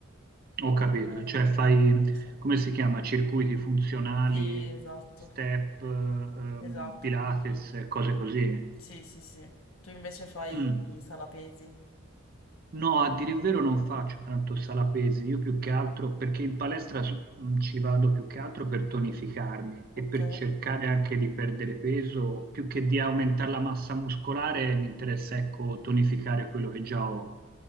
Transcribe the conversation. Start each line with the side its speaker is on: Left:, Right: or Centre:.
Right: ho capito,
Left: eh,
Right: cioè fai,
Left: che... so-
Right: come si chiama, circuiti funzionali,
Left: Sì, esatto,
Right: step, eh, ehm,
Left: esatto,
Right: Pilates,
Left: quelli lì.
Right: cose così.
Left: Sì, sì, sì. Tu invece fai
Right: Mm.
Left: sala pesi,
Right: No, a dire il vero non faccio tanto sala pesi, io più che altro perché in palestra s- mh, ci vado più che altro per tonificarmi e
Left: ok?
Right: per cercare anche di perdere peso, più che di aumentare la massa muscolare, mi interessa ecco tonificare quello che già ho.